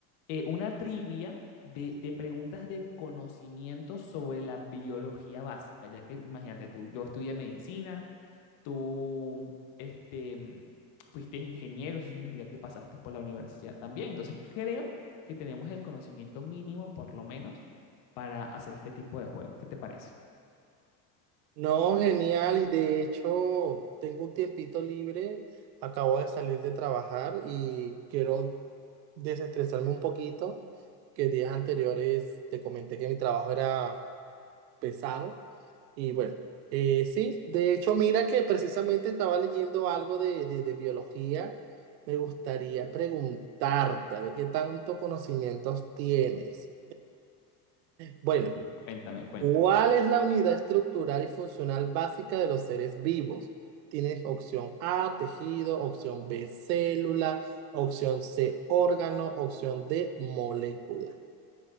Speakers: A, on the left; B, on the right.
A: eh, una trivia de, de preguntas de conocimiento sobre la biología básica, ya que imagínate tú, yo estudié medicina tú este, fuiste ingeniero, eso significa que pasaste por la universidad también. Entonces creo que tenemos el conocimiento mínimo, por lo menos, para hacer este tipo de juego. ¿Qué te parece?
B: No, genial. Y de hecho, tengo un tiempito libre. Acabo de salir de trabajar y quiero desestresarme un poquito, que días anteriores te comenté que mi trabajo era pesado. Y bueno, eh, sí, de hecho, mira que precisamente estaba leyendo algo de, de, de biología. Me gustaría preguntarte, a ver qué tanto conocimientos tienes. Bueno.
A: Cuéntame, cuéntame.
B: ¿Cuál es la unidad estructural y funcional básica de los seres vivos? Tienes opción A, tejido, opción B, célula, opción C, órgano, opción D, molécula.